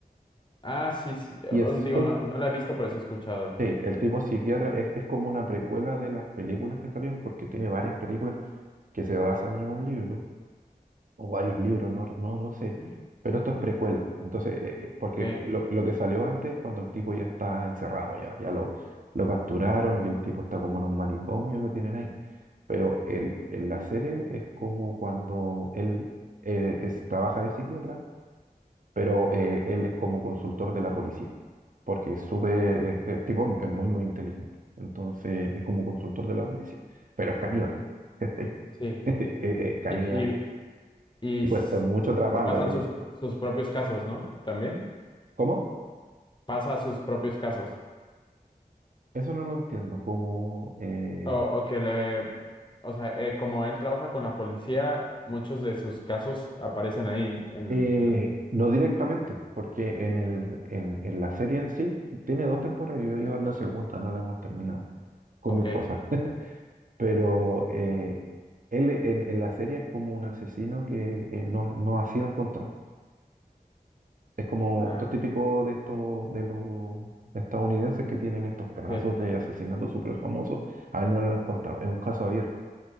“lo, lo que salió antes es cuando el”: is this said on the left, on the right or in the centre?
Right